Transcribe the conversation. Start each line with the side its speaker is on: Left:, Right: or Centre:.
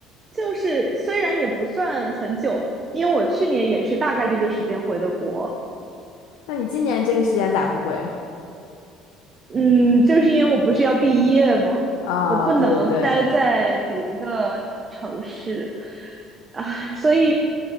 Right: 就是虽然也不算很久，因为我去年也是大概这个时间回的国，
Left: 那你今年这个时间咋不回？
Right: 嗯，就是因为我不是要毕业吗？
Left: 啊，
Right: 我不能待在别的城市，
Left: 对对对，
Right: 啊，所以